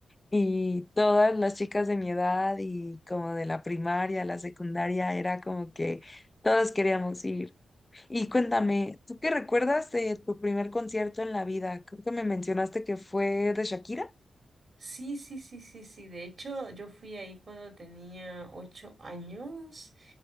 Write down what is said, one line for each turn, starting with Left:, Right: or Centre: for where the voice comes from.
Left: y todas las chicas de mi edad y como de la primaria, la secundaria, era como que todos queríamos ir. Y cuéntame, ¿tú qué recuerdas de tu primer concierto en la vida? Creo que me mencionaste que fue de Shakira.
Right: Sí, sí, sí, sí, sí. De hecho, yo fui ahí cuando tenía ocho años